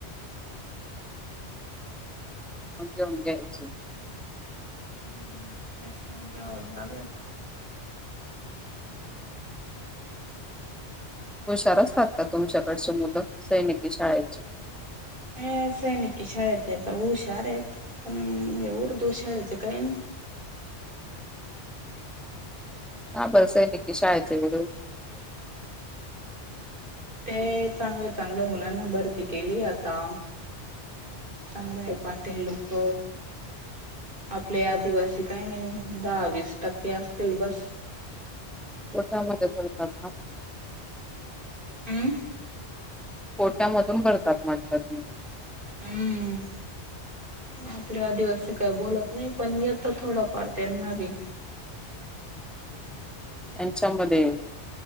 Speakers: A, in the centre; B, on the right.
A: अे घयच
B: हम्म यश मंग हवद ना ग
A: हुशार असतात का तुमच्याकडचे मुलं सैनिकी शाळेचे
B: ह असं आहे न की शाळेचे तर हुशार आहेत पण उर्दू शाळेचे काही नाही
A: काबर सैनिक शायजड
B: ते चांगलं चांगल्या मुलांना भरती केली आता चांगले पाटेील लोक आपले आदिवासी काही नाही दहावीस टक्के असतील बस
A: कोठ्यामध्येतात
B: हम्
A: पोट्यामधून भरतात म्हटलं त
B: हम्म. आपले आदिवासी काय बोलत नाही पण येत तर थोडं पार त्यांना बी
A: त्यांच्यामध्ये